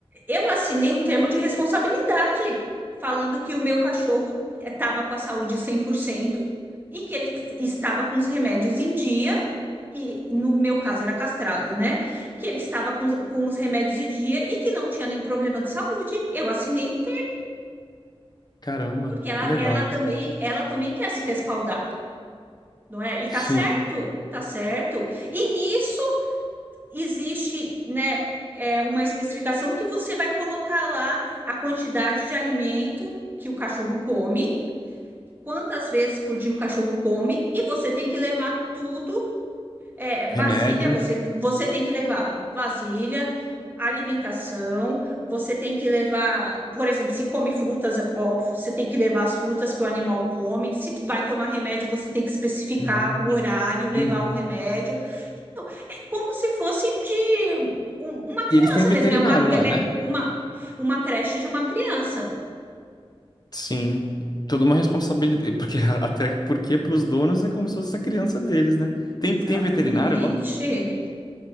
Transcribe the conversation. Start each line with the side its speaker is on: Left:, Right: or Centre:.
Right: Eu assinei um termo de responsabilidade falando que o meu cachorro estava com a saúde 100% e que ele estava com os remédios em dia, e no meu caso era castrado, né? Que ele estava com, os- com os remédios em dia e que não tinha nenhum problema de saúde. Eu assinei um termo,
Left: Caramba,
Right: porque ela,
Left: que legal.
Right: ela também, ela também quer se respaldar, não é? E
Left: Sim,
Right: tá certo, tá certo. E nisso existe, né, é, uma especificação que você vai colocar lá a quantidade de alimento que o cachorro come, quantas vezes por dia o cachorro come, e você tem que levar tudo, é, vasilha,
Left: remédio,
Right: você, você tem que levar vasilha, alimentação, você tem que levar, por exemplo, se come frutas, óbvio, você tem que levar as frutas que o animal come, se vai tomar remédio, você tem que especificar
Left: remédio.
Right: o horário, levar
Left: Uhum.
Right: o remédio, então, É como se fosse de um- uma criança
Left: E eles têm
Right: mesmo,
Left: veterinário
Right: é uma, cre-
Left: lá, né?
Right: uma, uma creche de uma criança.
Left: Sim, toda uma responsabilidade, porque <laughs> até porque para os donos é como se fosse a criança deles, né? Tem,
Right: Exatamente.
Left: tem veterinário lá?